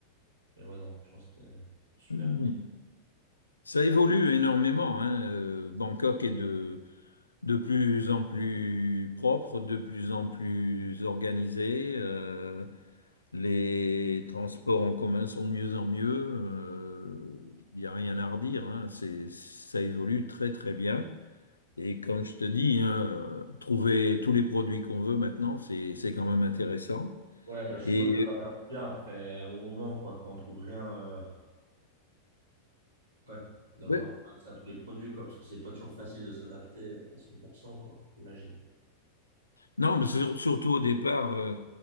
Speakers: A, on the right; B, on the left.
A: mais ouais, non, franchement, c'était super.
B: Mhm. Ça évolue énormément, hein. Euh, Bangkok est de, de plus en plus propre, de plus en plus organisé. Euh, Les transports en commun sont de mieux en mieux. euh, Il n'y a rien à redire. hein, C'est, ça évolue très très bien. Et comme je te dis, hein, euh, trouver tous les produits qu'on veut maintenant, c'est c'est quand même intéressant.
A: Ouais, bah, je suppose
B: Et
A: que ça va faire du bien après un long moment, quoi, quand on trouve rien, euh, ouais, d'avoir
B: ouais,
A: un accès à tous les produits, quoi, parce que c'est pas toujours facile de s'adapter euh, à 100%, quoi, j'imagine.
B: non, mais sur- surtout au départ, euh,